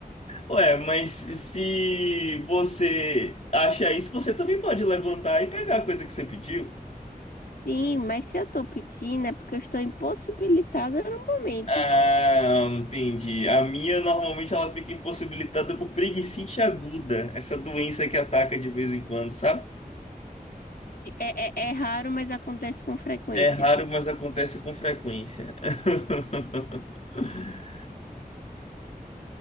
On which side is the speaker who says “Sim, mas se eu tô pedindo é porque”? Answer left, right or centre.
Left